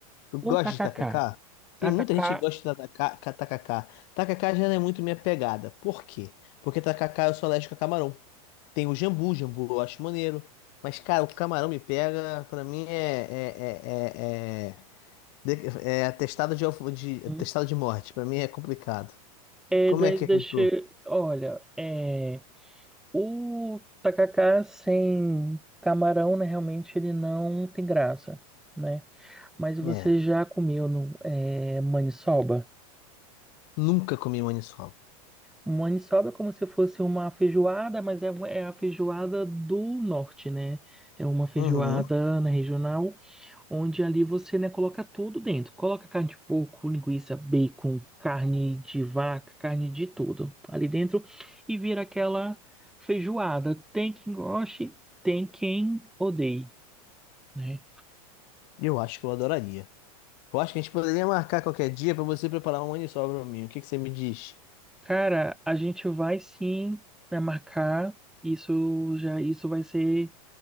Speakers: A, on the left (about 45°); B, in the centre.
A: Tu gosta
B: O tacacá.
A: de tacacá? Tem
B: Tacacá
A: muita gente que gosta de tacacá. Tacacá Tacacá já não é muito minha pegada. Por quê? Porque tacacá eu sou alérgico a camarão. Tem o jambu, jambu eu acho maneiro. Mas, cara, o camarão me pega, pra mim é. É, é, é, é, de- é atestado de, alfa- de, atestado
B: hum,
A: de morte. Pra mim é complicado.
B: é,
A: Como
B: daí
A: é que
B: deixa.
A: é com tu?
B: Olha, é, o tacacá sem camarão, né? Realmente ele não tem graça, né? Mas você
A: É.
B: já comeu no, é, maniçoba?
A: Nunca comi maniçoba.
B: Maniçoba é como se fosse uma feijoada, mas é, é a feijoada do norte, né? É uma feijoada
A: Uhum.
B: na regional, onde ali você, né, coloca tudo dentro. Coloca carne de porco, linguiça, bacon, carne de vaca, carne de tudo ali dentro e vira aquela feijoada. Tem quem goste, tem quem odeie, né?
A: Eu acho que eu adoraria. Eu acho que a gente poderia marcar qualquer dia pra você preparar uma maniçoba pra mim. O que que você me diz?
B: Cara, a gente vai sim né, marcar. Isso já isso vai ser